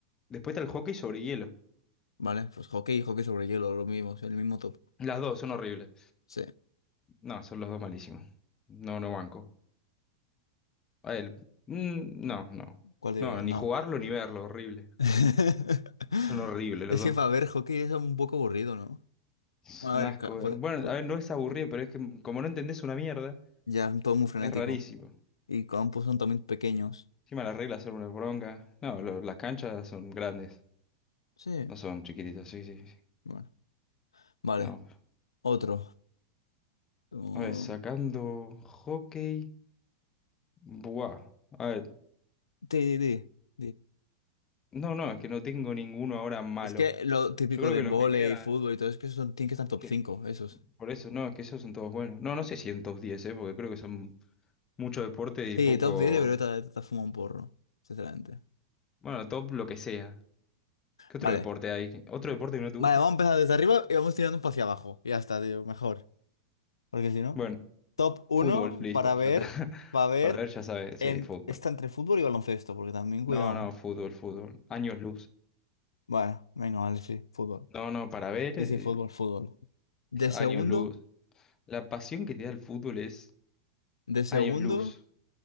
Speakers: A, on the left; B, on the left.
A: Después está el hockey sobre hielo.
B: Vale, pues hockey y hockey sobre hielo, lo mismo, es el mismo top.
A: Las dos son horribles.
B: Sí,
A: No, son los dos malísimos. No, no banco. A él. mm, no, no.
B: ¿cuál dirías?
A: No, ni
B: No.
A: jugarlo ni verlo. Horrible.
B: <laughs>
A: Son horribles
B: Es
A: los dos.
B: que para ver hockey es un poco aburrido, ¿no?
A: Es
B: Bueno,
A: un
B: A ver,
A: asco.
B: ca- po-
A: ver. Bueno,
B: po-
A: a ver, no es aburrido, pero es que mm, como no entendés una mierda,
B: ya todo muy frenético.
A: es rarísimo.
B: Y campos son también pequeños.
A: Encima las reglas son una bronca. No, lo- las canchas son grandes.
B: Sí,
A: No son chiquititas, sí, sí, sí.
B: bueno. Vale,
A: No.
B: otro. um,
A: A ver, sacando hockey. Buah. A ver.
B: sí, sí, sí.
A: No, no, es que no tengo ninguno ahora malo.
B: Es que lo típico
A: Yo creo
B: de
A: que
B: vóley,
A: los que quedan.
B: fútbol y todo, es que esos son, tienen que estar top
A: Es que,
B: cinco esos.
A: por eso, no, es que esos son todos buenos. No, no sé si en top 10, ¿eh? Porque creo que son mucho deporte y
B: Sí,
A: poco.
B: top 10 pero te, te, fuma un porro, sinceramente.
A: Bueno, top lo que sea. ¿Qué otro
B: Vale.
A: deporte hay? que- ¿Otro deporte que no te
B: Vale,
A: guste?
B: vamos a empezar desde arriba y vamos tirando un poco hacia abajo. Y Ya está, tío, mejor. Porque si no.
A: Bueno,
B: Top uno
A: fútbol, listo,
B: para ver,
A: ya está. <laughs>
B: para ver,
A: Para ver, ya sabes. Sí,
B: en,
A: fútbol.
B: está entre fútbol y baloncesto, porque también cuidado.
A: No, no, fútbol, fútbol. Años luz.
B: Bueno, venga, vale, sí, fútbol.
A: No, no, para ver.
B: Sí,
A: eh,
B: sí, fútbol, fútbol. De
A: Es años
B: segundo,
A: luz. La pasión que te da el fútbol es
B: de segundo,
A: años luz.